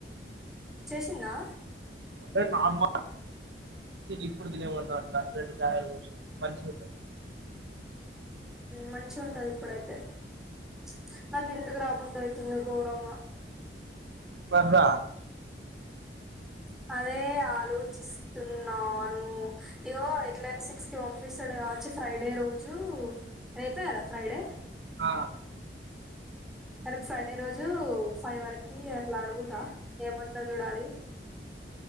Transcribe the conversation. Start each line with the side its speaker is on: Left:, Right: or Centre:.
Centre: చేసిందా
Right: ఐతే మా అమ్మ ఇప్పుడు తిన్నెవడినటన అట్లా రెండు కాయలు కోసి మంచిగా
Centre: మంచి ఉంటది ఇప్పుడైతే ప్చ్ నాకు ఇంటికి రా బుద్ధి ఔతుంది గోరంగ
Right: మరి రా
Centre: <unintelligible> అదే ఆలోచిస్తున్నా హు ఇవో ఎట్లైనా సిక్స్ కి పంపిస్తడు కావొచ్చు ఫ్రైడే రోజు రేపే కదా ఫ్రైడే
Right: ఆ
Centre: రేపు ఫ్రైడే రోజు ఫైవ్ వారికి అట్ల అడుగుత ఏమంటడో చూడాలి